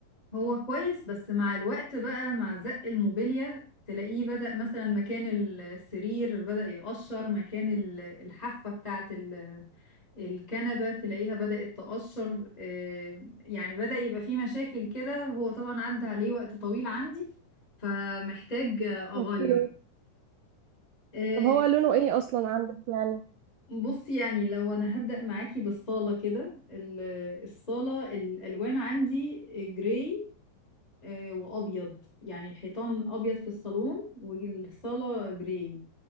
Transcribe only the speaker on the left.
هو كويس بس مع الوقت بقى مع زق الموبيليا تلاقيه بدأ مثلا مكان السرير بدأ يقشر مكان ال- الحافة بتاعة ال- الكنبة تلاقيها بدأت تقشر آه، يعني بدأ يبقى فيه مشاكل كده هو طبعا عدى عليه وقت طويل عندي فمحتاج أغير
آه،
بص يعني لو انا هبدأ معاكي بالصالة كده ال- الصالة الالوان عندي جراي آه، وابيض يعني الحيطان ابيض في الصالون والصالة جراي